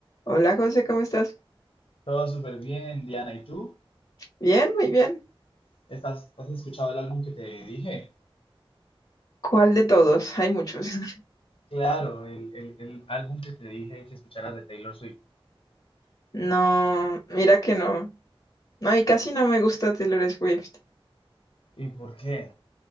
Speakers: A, on the left; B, on the left.
A: Hola José, ¿cómo estás?
B: Todo súper bien, Diana. ¿Y tú?
A: Bien, muy bien.
B: ¿Estás, has escuchado el álbum que te dije?
A: ¿Cuál de todos? Hay muchos. <laughs>
B: Claro, el, el- el álbum que te dije que escucharas de Taylor Swift.
A: No, mira que no. No, y casi no me gusta Taylor Swift.
B: ¿Y por qué?